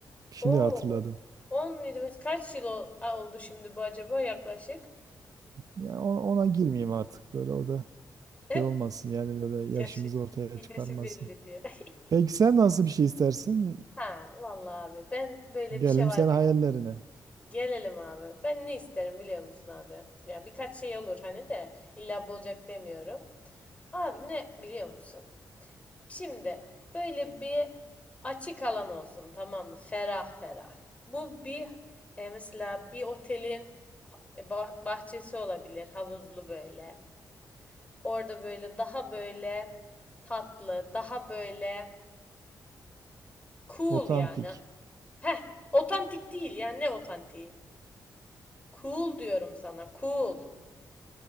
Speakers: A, on the right; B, on the left.
A: Şimdi
B: o
A: hatırladım.
B: 17 mes- kaç yıl ol- oldu şimdi bu acaba yaklaşık?
A: Yani ona, ona girmeyeyim artık böyle o da
B: <laughs>
A: şey olmasın yani böyle
B: Yaşı,
A: yaşımızı ortaya
B: yaşı
A: çıkarmasın.
B: belli diye. <laughs>
A: Peki sen nasıl bir şey istersin?
B: Ha vallahi abi ben böyle
A: Gelelim
B: bir şey var
A: sen hayallerine.
B: benim. Gelelim abi. Ben ne isterim biliyor musun abi? Ya birkaç şey olur hani de illa bu olacak demiyorum. Abi ne biliyor musun? Şimdi böyle bir açık alan olsun tamam mı? Ferah ferah. Bu bir e, mesela bir otelin ha- bah- bahçesi olabilir havuzlu böyle. Orada böyle daha böyle tatlı, daha böyle Cool
A: Otantik.
B: yani. Heh, otantik değil yani ne otantiği? Cool diyorum sana, cool.